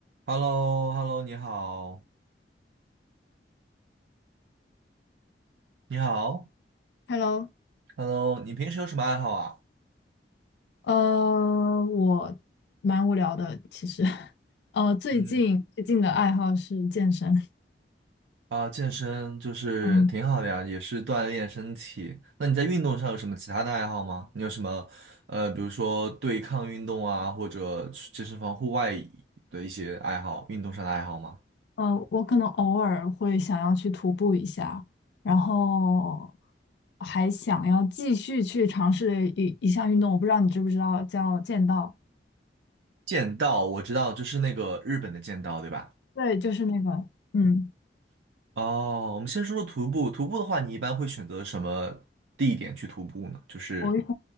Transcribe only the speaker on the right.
h e l l o h e l l o 你好，你好
，Hello，你平时有什么爱好啊？
嗯，啊，健身就是挺好的呀，
也是锻炼身体。那你在运动上有什么其他的爱好吗？你有什么呃，比如说对抗运动啊，或者去健身房户外的一些爱好，运动上的爱好吗？
剑道我知道，就是那个日本的剑道，对吧？
哦，我们先说说徒步。徒步的话，你一般会选择什么地点去徒步呢？就是，